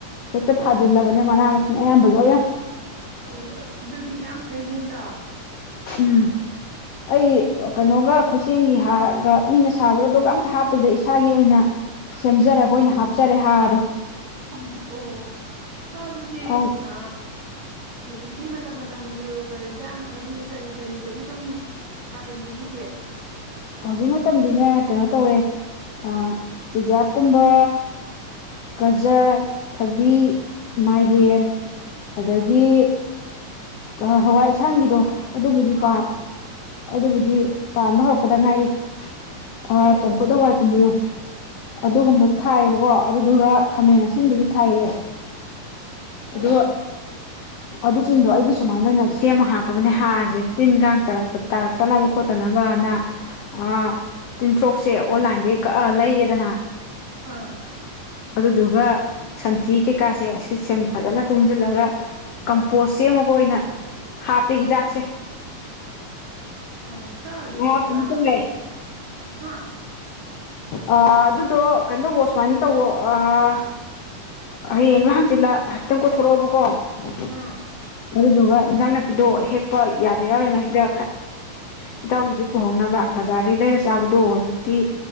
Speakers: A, on the left; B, on the right.
A: ꯍꯦꯛꯇ ꯊꯥꯖꯤꯜꯂꯕꯅꯦ ꯃꯅꯥ ꯃꯁꯤꯡ ꯑꯌꯥꯝꯕ ꯂꯣꯏꯅ
B: ꯑꯣ ꯑꯁ ꯑꯗꯨꯗꯤ ꯌꯥꯝ ꯐꯩꯅꯦ ꯏꯇꯥꯎ
A: ꯎꯝ ꯑꯩ ꯀꯩꯅꯣꯒ ꯈꯨꯠꯁꯦꯝꯒꯤ ꯍꯥꯔꯒ ꯃꯤꯅ ꯁꯥꯕꯗꯣ ꯑꯗꯨꯒ ꯑꯃꯇ ꯍꯥꯞꯇꯦꯗ ꯏꯁꯥꯒꯤ ꯑꯣꯏꯅ ꯁꯦꯝꯖꯔꯒ ꯑꯣꯏꯅ ꯍꯥꯞꯆꯔꯦ ꯍꯥꯔꯗꯣ
B: ꯑꯪ ꯑꯣ ꯏꯇꯥꯎ ꯑꯗꯨꯗꯤ
A: ꯑꯧ
B: ꯑꯥ ꯍꯧꯖꯤꯛꯀꯤ ꯃꯠ ꯃꯇꯝ ꯃꯇꯝꯒꯤ ꯑꯣꯏꯕ ꯏꯟꯖꯥꯡ ꯍꯥꯏꯗꯤ ꯀꯔꯤ ꯀꯔꯤꯒꯗꯤ ꯁꯨꯝ ꯊꯥꯖꯟꯕꯤꯔꯤꯒꯦ
A: ꯍꯧꯖꯤꯛ ꯃꯇꯝꯗꯤꯅꯦ ꯀꯩꯅꯣ ꯇꯧꯋꯦ ꯑꯥ ꯆꯨꯖꯥꯡ ꯀꯨꯝꯕ ꯒꯖꯔ
B: ꯑꯥ
A: ꯊꯕꯤ ꯃꯥꯏꯔꯦꯟ
B: ꯑꯥ
A: ꯑꯗꯒꯤ ꯑꯥ ꯍꯋꯥꯏ ꯑꯁꯥꯡꯕꯤꯗꯣ ꯑꯗꯨꯕꯨꯗꯤ ꯄꯥꯔ
B: ꯑꯥ
A: ꯑꯗꯨꯕꯨꯗꯤ ꯄꯥꯟꯕ ꯍꯧ ꯄꯗ ꯉꯥꯏꯔꯤ ꯑꯥ
B: ꯑꯣ
A: ꯆꯝꯐꯨꯠ ꯍꯋꯥꯏ ꯀꯨꯝꯕꯗꯣ ꯑꯗꯨꯒꯨꯝꯕꯗꯨ ꯊꯥꯏꯌꯦꯕꯀꯣ
B: ꯑꯥ
A: ꯑꯗꯨꯗꯨꯒ ꯈꯥꯃꯦꯟ ꯑꯁꯤꯟꯕꯁꯨ
B: ꯑꯥ
A: ꯊꯥꯏꯌꯦ
B: ꯑꯣ
A: ꯑꯗꯣ ꯑꯗꯨꯁꯤꯡꯗꯣ ꯑꯩꯗꯤ ꯁꯨꯃꯥꯏꯅ ꯈ꯭ꯔꯌꯥꯝ ꯁꯦꯝꯃ ꯍꯥꯞꯄꯕꯅꯦ ꯍꯥꯔꯁꯦ ꯇꯤꯟꯀꯥꯟ ꯇꯥꯔꯛꯄ ꯇꯥꯔꯛꯇꯅꯕ ꯈꯣꯠꯇꯅꯕꯅ ꯑꯥ ꯇꯤꯟꯊ꯭ꯣꯔꯛꯁꯦ ꯑꯣꯟꯂꯥꯏꯟꯗꯒꯤ ꯀꯛꯑ ꯂꯩꯔꯦꯗꯅ
B: ꯑꯥ
A: ꯑꯗꯨꯗꯨꯒ ꯁꯟꯊꯤ ꯀꯩꯀꯥꯁꯦ ꯁꯤ ꯁꯦꯝ ꯐꯖꯅ ꯇꯨꯡꯁꯤꯜꯂꯒ ꯀꯝꯄꯣꯁ ꯁꯦꯝꯃꯒ ꯑꯣꯏꯅ ꯍꯥꯞꯄꯦ ꯍꯤꯗꯥꯛꯁꯦ
B: ꯑ ꯏꯇꯥꯎ
A: ꯑ
B: ꯑꯗꯤ
A: ꯀꯩꯅꯣ
B: ꯑꯥ
A: ꯇꯧꯋꯦ
B: ꯍꯥ
A: ꯑꯥ ꯑꯗꯨꯗꯣ ꯀꯩꯅꯣ ꯇꯧꯑꯣ ꯁꯨꯃꯥꯏꯅ ꯇꯧꯑꯣ ꯑꯥ ꯍꯌꯦꯡꯂ ꯍꯪꯆꯤꯠꯂ ꯍꯥꯏꯐꯦꯠꯇꯪ ꯀꯣꯏꯊꯣꯔꯛꯑꯣꯕꯀꯣ
B: ꯑꯥ
A: <inaudible> ꯑꯗꯨꯗꯨꯒ ꯏꯟꯖꯥꯡ ꯅꯥꯄꯤꯗꯣ ꯍꯦꯛ ꯄ ꯌꯥꯕ ꯌꯥꯎꯔꯦ ꯉꯥꯏꯁꯤꯗ <unintelligible> ꯏꯇꯥꯎꯒꯤꯁꯨ ꯄꯨꯍꯧꯅꯕ ꯕꯖꯥꯔꯗꯩ ꯂꯩꯔ ꯆꯥꯕꯗꯣ ꯍꯧꯖꯤꯛꯇꯤ